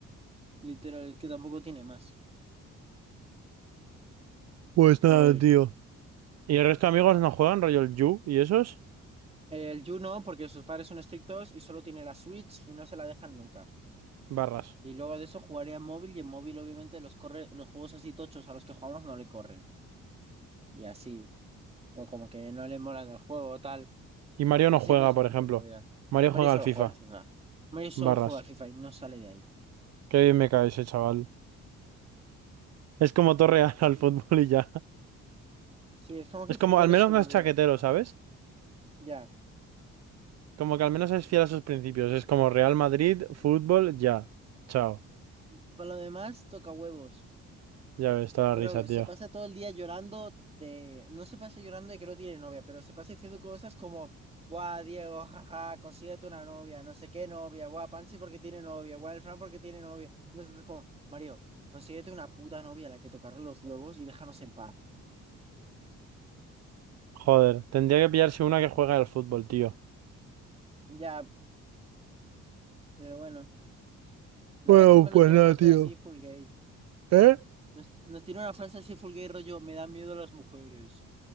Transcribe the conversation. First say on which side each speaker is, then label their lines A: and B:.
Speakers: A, on the right (about 20°); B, on the right (about 60°).
A: literal, es que tampoco tiene más.
B: Pues nada,
A: Ay.
B: tío. ¿Y el resto de amigos no juegan, rollo el Yu y esos?
A: El Yu no, porque sus padres son estrictos y solo tiene la Switch y no se la dejan nunca.
B: Barras.
A: Y luego de eso jugaría en móvil y en móvil obviamente los corre, los juegos así tochos a los que jugamos no le corren. Y así, o como que no le molan el juego o tal.
B: Y Mario no
A: haciendo
B: juega,
A: ese
B: por
A: tipo
B: ejemplo.
A: de movidas.
B: Mario
A: Mario
B: juega
A: solo
B: al FIFA.
A: juega al FIFA. Mario solo
B: Barras.
A: juega al FIFA y no sale de ahí.
B: Qué bien me cae ese chaval. Es como Torreal <laughs> al fútbol y ya.
A: Sí, es como que
B: Es
A: el fútbol
B: como, al menos
A: es su
B: no
A: novia.
B: es chaquetero, ¿sabes?
A: Ya.
B: Como que al menos es fiel a sus principios. Es como Real Madrid,
A: Sí.
B: fútbol, ya. Chao.
A: Y Para lo demás, toca huevos.
B: Ya ves, toda
A: Pero
B: la risa, tío.
A: se pasa todo el día llorando de... No se pasa llorando de que no tiene novia, pero se pasa diciendo cosas como, guau, Diego, jaja, consíguete una novia, no sé qué novia, guau, Pansy porque tiene novia, guau, el Fran porque tiene novia. Nosotros como, Mario, consíguete una puta novia a la que tocarle los huevos y déjanos en paz.
B: Joder, tendría que pillarse una que juega al fútbol, tío.
A: Ya, pero bueno. Luego
B: Bueno,
A: encima
B: pues
A: nos tira
B: nada,
A: frases
B: tío.
A: así full gay.
B: ¿Eh?
A: Nos, nos tiene una frase así fulgay rollo, me da miedo las mujeres.